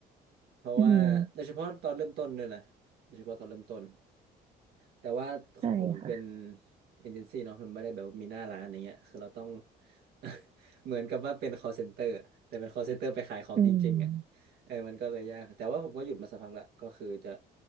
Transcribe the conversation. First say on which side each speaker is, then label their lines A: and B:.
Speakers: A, on the right; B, on the right.
A: ๆเพราะว่าโดยเฉพาะตอนเริ่มต้นด้วยนะโดยเฉพาะตอนเริ่มต้น
B: อืม
A: แต่ว่าของผมมันเป็น
B: ใช่ค่ะ
A: เอเจนซี่เนาะมันไม่ได้แบบว่ามีหน้าร้านอย่างเงี้ยคือเราต้อง <laughs> เหมือนกับว่าเป็น call center อะแต่เป็น call center ไปขายของจริงๆอ่ะ
B: อืม
A: เออมันก็เลยยากแต่ว่าผมก็หยุดมาสักพักละก็คือจะ